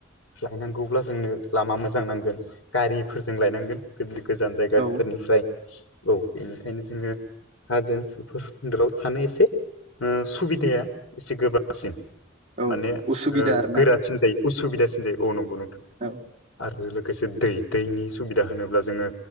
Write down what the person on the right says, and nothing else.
औ
औ
उसुबिदा
आरोना
औ